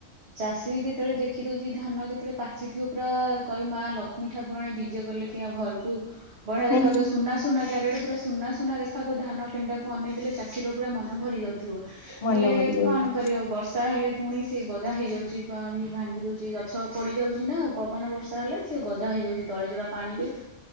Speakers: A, on the right; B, on the left.
A: ଚାଷୀ ଯେତେବେଳେ ଦେଖି ଦଉଚି। ଧାନ ଯେତେବେଳେ ପାଚିଥିବ ପୁରା କଇବୁ ମା ଲକ୍ଷ୍ମୀ ଠାକୁରାଣୀ ବିଜେ କଲେ କି। କି ଆମ ଘରକୁ ବଢ଼ିଆ ଦେଖ
B: ହୁଁ
A: ଯାଉଥିବ ସୁନା ସୁନା ଚାରିଆଡ଼େ ପୁରା ସୁନା ସୁନା ଦେଖାଯାଉଥିବ। ଧାନ ପେଣ୍ଡାକୁ ଅନେଇ ଦେଲେ ଚାଷୀର ପୁରା ମନ ଭରି ଯାଉଥିବ।
B: ମନେ
A: ହେଲେ
B: ଭରି ଯାଉଛି।
A: କଣ କରିବ ବର୍ଷା ହେଲେ ପୁଣି ସେ ଗଜା ହେଇଯାଉଛି ପାଣି ଭାଙ୍ଗି ଦେଉଛି ଗଛ ପଡ଼ିଯାଉଚି ନାଁ। ପବନ ବର୍ଷା ହେଲେ ସେ ଗଜା ହେଇଯାଉଚି। ତଳି ତୁଳା ପାଣିରେ